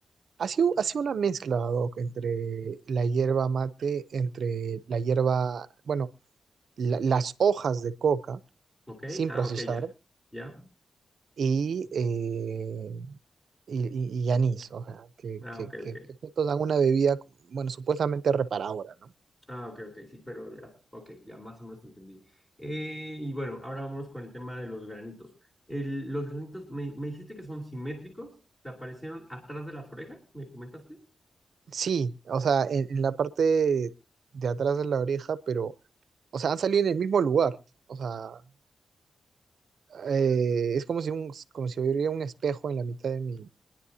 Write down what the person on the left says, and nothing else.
¿Ok?
Ah,
ok, ya. ¿Ya?
Ah,
ok,
ok,
Ah, ok, ok, sí, pero ya, ok, ya más o menos entendí. Eh, y bueno, ahora vámonos con el tema de los granitos. El- los granitos, me, me dijiste que son simétricos, te aparecieron atrás de las orejas, ¿me comentaste?